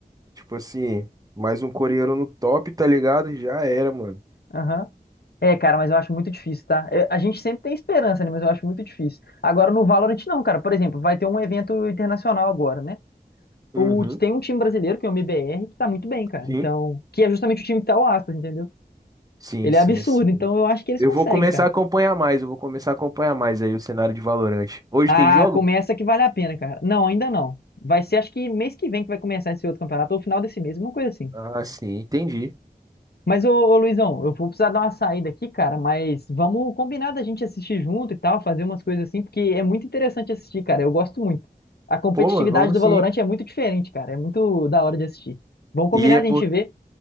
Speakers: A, on the right (about 25°); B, on the left (about 85°).
A: Tipo assim, mais um coreano no top, tá ligado? Já era, mano.
B: Aham. É, cara, mas eu acho muito difícil, tá? Eu- a gente sempre tem esperança, né? Mas eu acho muito difícil. Agora no Valorant, não, cara. Por exemplo, vai ter um evento internacional agora, né?
A: Uhum.
B: O, tem um time brasileiro, que é o MBR, que tá muito bem, cara.
A: Sim.
B: Então, que é justamente o time que tá o Aspas, entendeu?
A: Sim,
B: Ele
A: sim,
B: é absurdo,
A: sim.
B: então eu acho que eles
A: Eu
B: conseguem,
A: vou começar
B: cara.
A: a acompanhar mais, eu vou começar a acompanhar mais aí o cenário de Valorant. Hoje
B: Ah,
A: tem jogo?
B: começa que vale a pena, cara. Não, ainda não. Vai ser acho que mês que vem que vai começar esse outro campeonato, ou final desse mês, uma coisa assim.
A: Ah, sim, entendi.
B: Mas, ô, ô, Luizão, eu vou precisar dar uma saída aqui, cara, mas vamos combinar da gente assistir junto e tal, fazer umas coisas assim, porque é muito interessante assistir, cara. Eu gosto muito. A competitividade
A: Pô, mano, vamos
B: do Valorant
A: sim.
B: é muito diferente, cara. É muito da hora de assistir. Vamos combinar
A: E é
B: de
A: por...
B: a gente ver.